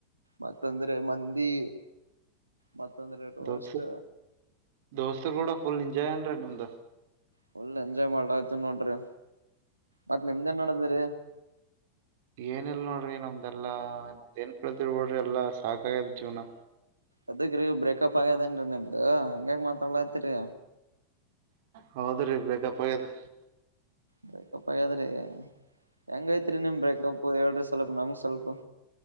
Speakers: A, on the right (about 85°); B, on the right (about 50°).
A: ಮತ್ತ ಅಂದ್ರೆ ಮಂದಿ
B: <unintelligible>
A: ಮತ್ತಂದ್ರೆ ರೋಸ್ಟ್
B: ದೋಸ್ ದೋಸ್ತರುಗುಡ ಫುಲ್ ಎಂಜಾಯ್ ಏನ್ರಿ ನಿಮ್ದು
A: ಫುಲ್ ಎಂಜಾಯ್ ಮಾಡ್ಲಾತೀವ್ ನೋಡ್ರಿ ಮತ್ತ್ ನಿಮ್ದ ಏನ್ ನಡದಾರಿ
B: ಏನಿಲ್ಲ ನೋಡ್ರಿ ನಮ್ದು ಎಲ್ಲಾ ಏನ್ ಕಳ್ತಿರಿ ಬಿಡ್ರಿ ಎಲ್ಲಾ ಸಾಕಾಗ್ಯದ ಜೀವ್ನ
A: ಏದಕ್ ರೀ ಬ್ರೇಕಪ್ ಆಗ್ಯದೇನ್ರಿ ನಿಮ್ದು ಹಾಂಗ್ಯಾಕ್ ಮಾತಾಡ್ಲತೀರಿ
B: ಹೌದ್ರಿ ಬೇಕಪ್ ಆಗ್ಯದ
A: ಬ್ರೇಕಪ್ ಹಾಗ್ಯಾದ್ರಿ ಹೆಂಗೈತ್ರಿ ನಿಮ್ ಬ್ರೇಕಪ್ ಹೇಳರಿ ಸ್ವಲ್ಪ ನಮಗ್ ಸ್ವಲ್ಪ